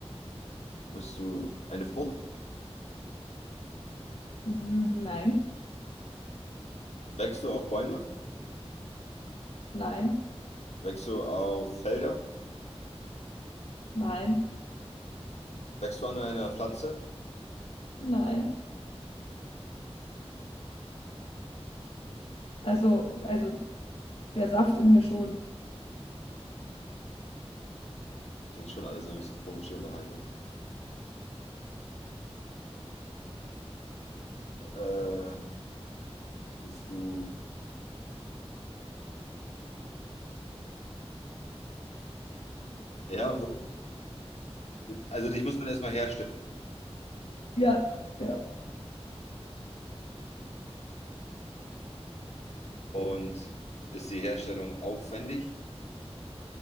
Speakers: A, on the left; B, on the left.
A: Bist du eine Frucht?
B: N- Nein.
A: Wächst du auf Bäume?
B: Nein.
A: Wächst du auf Felder?
B: Nein.
A: Wächst du an einer Pflanze?
B: Nein. Also, also der Saft in mir schon.
A: Klingt schon alles so ein bisschen komisch, die Unterhaltung. Äh, bist du. Ja, also dich muss man erstmal herstellen.
B: Ja, ja.
A: Und ist die Herstellung aufwendig?